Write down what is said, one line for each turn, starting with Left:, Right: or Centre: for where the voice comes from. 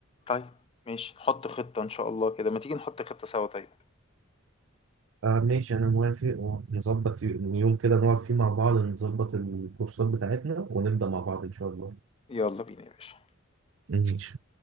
Left: طيب ماشي، نحط خطة إن شاء الله كده، ما تيجي نحط خطة سوا طيب،
Right: آه ماشي انا موافق ونظبط يوم كده نقعد فيه مع بعض نظبط الكورسات بتاعتنا ونبدا مع بعض ان شاء الله
Left: يلا بينا يا باشا.
Right: ماشي